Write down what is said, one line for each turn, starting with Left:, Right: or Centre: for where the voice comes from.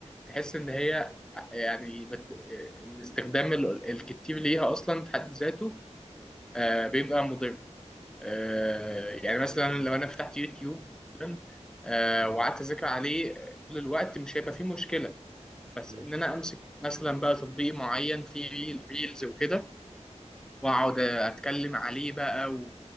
Centre: تحس ان هي يعني بت... الاستخدام ال- الكتير ليها اصلا في حد ذاته آه، بيبقى مضر آه، يعني
Right: زي
Centre: مثلا
Right: إيه مثلا؟
Centre: لو انا فتحت يوتيوب مثلا آه،
Right: مم.
Centre: وقعدت اذاكر عليه طول الوقت مش هيبقى فيه مشكله بس
Right: مم.
Centre: ان انا امسك مثلا بقى تطبيق معين فيه ريل- ريلز وكده واقعد اتكلم عليه بقى و...